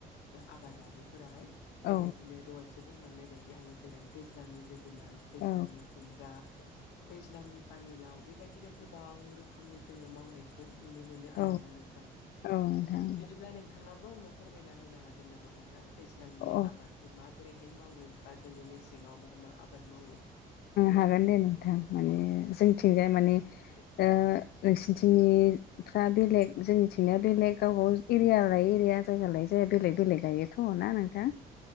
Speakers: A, on the left (about 80°); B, on the left (about 70°).
A: आबादारिफोराहाय
B: औ
A: बेबायदिनो दहाय बुंलांनाय बायदि आङो जेरै दैज्लांनि जोगोनार दैज्लांनि
B: औ
A: खमब्रा दैज्लांनि पानिलाव बेबायदिनो गोबां रोखोमनि जोङो मावनाय खौ नुनो मोनो आरोना
B: औ
A: नोंथां
B: औ नोंथां
A: बिदिब्ला नोंथाङा बेखौ आंनो फोरमायना होनो हागोन नामा नोंथां दैज्लांनि
B: अ
A: आबादखौ माबोरैहाय मावो बा जोङो मेसेङाव मा मा आबाद मावो
B: हागोन दे नोंथां माने जोंथिंजाय माने नोंसोनथिंनि फ्रा बेलेग जोंनिथिंनाया बेलेग गावबावगाव एरिया लायै एरिया जायगा लायै जायगा बेलेग बेलेग गायो थ'ना नोंथां